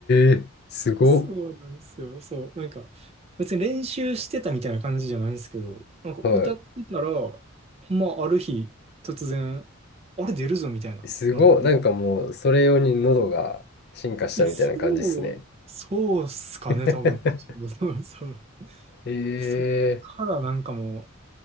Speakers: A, on the left; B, on the right.
A: えー、すごっ。
B: <laughs> そうなんですよ。そう。なんか、別に練習してたみたいな感じじゃないんですけど、なんか歌ってたら、
A: は
B: ほんまある日突然、あれ出るぞみたいな、
A: い。すごっ。
B: なって。
A: なんかもう、それ用に喉が進化したみたいな感じですね。
B: いや、そう、そうっすかね、
A: <laughs>
B: 多分。そうそうそう。
A: ええ
B: でそっからなんかもう、